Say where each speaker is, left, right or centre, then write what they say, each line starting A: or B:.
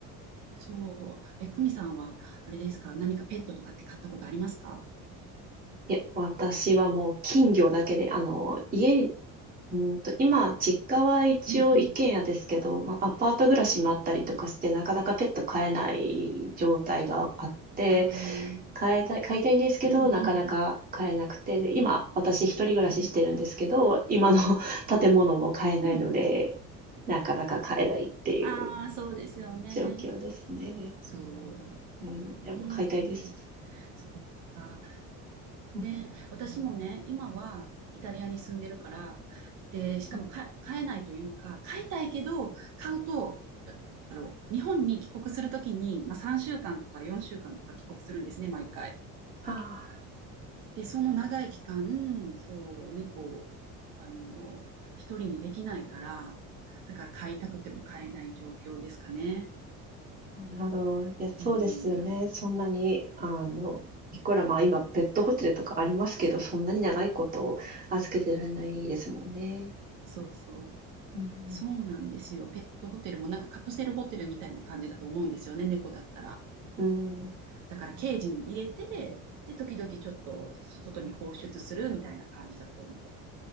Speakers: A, on the right; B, on the right.
A: そう。え、久美さんは、あれですか何かペットとかって飼ったことありますか
B: いえ、私はもう金魚だけで、あの、家に、うーんと、今、実家は一応一軒家ですけど、
A: うんうん。
B: まあ、アパート暮らしもあったりとかして、なかなかペット飼えない状態があって、
A: ああ、うん
B: 飼いたい、飼いたいんですけど、
A: うん
B: なかなか飼えなくて、で、今、私一人暮らししてるんですけど、
A: うん。
B: 今の <laughs> 建物も飼えないので、
A: うんうん。
B: なかなか飼えないっていう
A: ああ、そうですよね。
B: 状況ですね。
A: そ
B: うん、でも飼いたいです。
A: う。うん。そうか。
B: うん
A: ね、私もね、今はイタリアに住んでるから、で、しかもか飼えないというか、
B: うん
A: 飼いたいけど、飼うと、あの、日本に帰国するときに、まあ、3週間とか4週間とか帰国するんですね、毎回。
B: ああ。
A: で、その長い期間、そうね、猫を、あの、一人にできないから、だから飼いたくても飼えない状況ですかね。
B: なるほど。いや、そうですよね。
A: うん、
B: そんなに、あの、いくらまあ今、ペットホテルとかありますけど、
A: そう、
B: そんなに長いこと預けてられないですもんね。
A: そうそう。
B: うん
A: そうなんですよ。ペットホテルもなんかカプセルホテルみたいな感じだと思うんですよね、猫だったら。
B: うん。うん。
A: だからケージに入れて、で、時々ちょっと外に放出するみたいな感じだと思う。